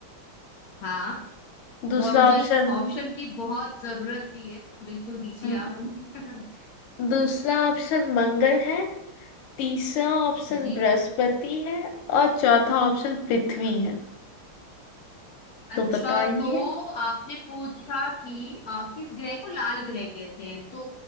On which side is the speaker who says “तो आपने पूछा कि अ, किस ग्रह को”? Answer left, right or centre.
Left